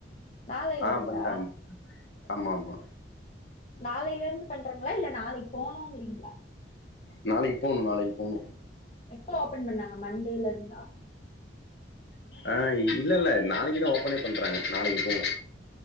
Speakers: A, on the left; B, on the left.
A: நாளைல
B: ஆஹ்
A: இருந்தா
B: பண்ட்டாங்க ஆமா ஆம்மா
A: நாளையில இருந்து பண்றாங்களா இல்ல நாளைக்கு போணுங்கிறிங்ளா
B: நாளைக்கு போணு நாளைக்கு போணு
A: எப்ப ஓபன் பண்ணாங்க மண்டேல இருந்தா
B: ஆஹ் இல்ல இல்ல நாளைக்குதா ஓபனே பண்றாங்க நாளைக்கு போணு